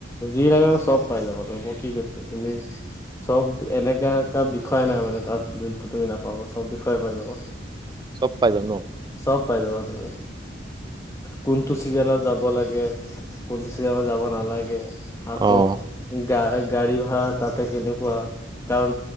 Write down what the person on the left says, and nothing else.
যি চ'ব পাই যাব ত মই কি কৈছো তুমি চ'ব এনেকা এটা বিষয় নাই মানে তাত যোনটো তুমি নাপাব চ'ব বিষয়ে পায় যাব।
চ'ব পাই যাব তুমি, কোনটো চিজনত যাব লাগে। কোনটো চিজনত যাব নালাগে আকৌ
গা গাড়ী ভাড়া তাত ত কেনেকুৱা কাৰণ